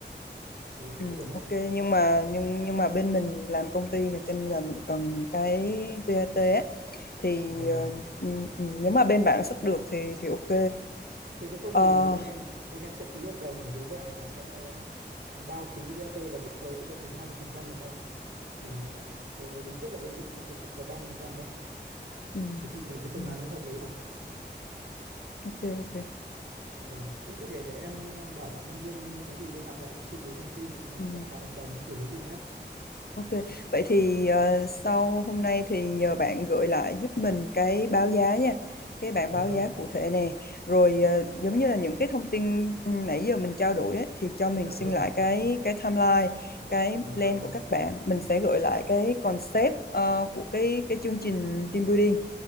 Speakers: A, on the right; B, on the left.
A: Thì thì
B: Ừ,
A: có được không
B: ok
A: ạ?
B: nhưng mà nhưng nhưng mà bên mình làm công ty mà cho nên là mình cần cái VAT á thì
A: Vâng.
B: ờ, ừ, ừ, nếu mà bên bạn xuất được thì thì ok.
A: Thế thế không
B: Ờ,
A: thì bên em bên em sẽ ký hợp đồng là dưới dạng là sẽ ờ, bao phí VAT và chiết khấu cho bên mình 20% được không ạ? Thì ờ, về về lý thuyết là bên chị cũng được chiết khấu 30% đấy ạ.
B: ừ,
A: Thế chị thấy cái phương
B: ừ,
A: án ấy hợp lý không ạ?
B: ok ok.
A: Vâng, thế thì để để em ờ, bảo bạn nhân viên có gì liên lạc lại với chị lấy thông tin và bọn em
B: Ừ.
A: soạn thảo hợp đồng gửi cho chị nhé.
B: Ok, vậy thì ờ, sau hôm nay thì nhờ bạn gửi lại giúp mình cái báo giá nha, cái bảng
A: Dạ
B: báo
A: vâng,
B: giá cụ thể nè, rồi ờ, giống như là những cái thông tin ừ, nãy giờ mình trao đổi ấy, thì cho
A: dạ
B: mình xin
A: vâng
B: lại
A: ạ,
B: cái cái timeline, cái
A: dạ
B: plan
A: vâng ạ,
B: của các bạn, mình sẽ gửi lại cái concept ờ, của cái cái chương trình team building